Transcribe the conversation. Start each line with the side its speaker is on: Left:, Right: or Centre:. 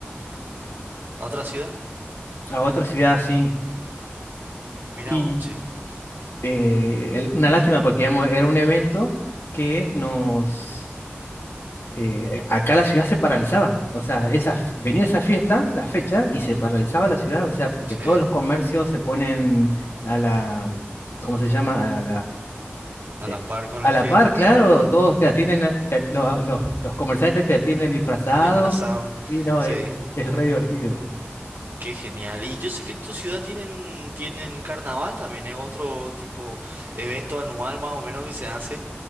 Right: ¿A otra ciudad?
Left: a otra ciudad, sí.
Right: Mira,
Left: Y
Right: oche.
Left: eh, el- una lástima porque digamos, era un evento que nos... eh, acá la ciudad se paralizaba. O sea, esa, f- venía
Right: Ujú.
Left: esa fiesta, la fecha, y se paralizaba la ciudad. O sea, porque
Right: Sí,
Left: todos los comercios se ponen a la... ¿Cómo se llama?
Right: a
Left: Eh,
Right: la par con
Left: A
Right: la
Left: la
Right: fiesta,
Left: par, claro,
Right: claro.
Left: todos te
Right: Sí,
Left: atienden, eh, te at- los, los- los comerciantes te atienden disfrazados.
Right: disfrazado.
Left: Sí, no,
Right: Sí,
Left: es, es re divertido.
Right: qué genial. Y yo sé que en tu ciudad tienen, tienen carnaval también, es otro tipo evento anual más o menos que se hace.